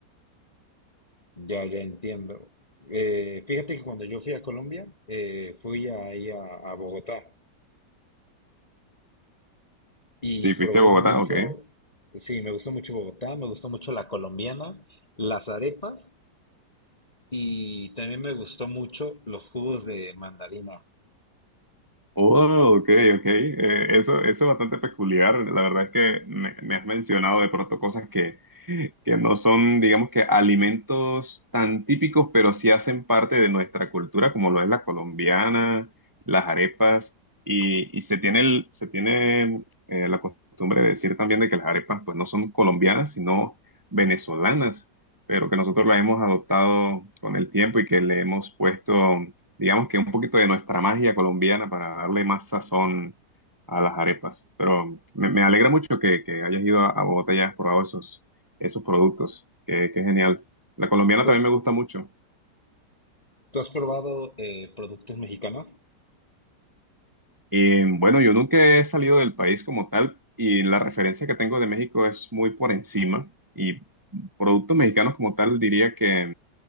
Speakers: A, on the left; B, on the right.
A: Ya, ya entiendo. Eh, fíjate que cuando yo fui a Colombia, eh, fui ahí a, a Bogotá. Y
B: Sí, fuiste
A: probé
B: a Bogotá,
A: mucho,
B: ok.
A: sí, me gustó mucho Bogotá, me gustó mucho la colombiana, las arepas y también me gustó mucho los jugos de mandarina.
B: Oh, ok, ok. Eh, eso, eso es bastante peculiar. La verdad es que me, me has mencionado de pronto cosas que, que no son, digamos que, alimentos tan típicos, pero sí hacen parte de nuestra cultura, como lo es la colombiana, las arepas, y, y se tiene, el- se tiene eh, la costumbre de decir también de que las arepas, pues, no son colombianas, sino venezolanas, pero que nosotros las hemos adoptado con el tiempo y que le hemos puesto digamos que un poquito de nuestra magia colombiana para darle más sazón a las arepas. Pero me, me alegra mucho que, que hayas ido a, a Bogotá y hayas probado esos, esos productos. Qué, qué genial. La colombiana
A: ¿Tú
B: también
A: has,
B: me gusta mucho.
A: tú has probado eh, productos mexicanos?
B: Y bueno, yo nunca he salido del país como tal y la referencia que tengo de México es muy por encima. Y productos mexicanos como tal diría que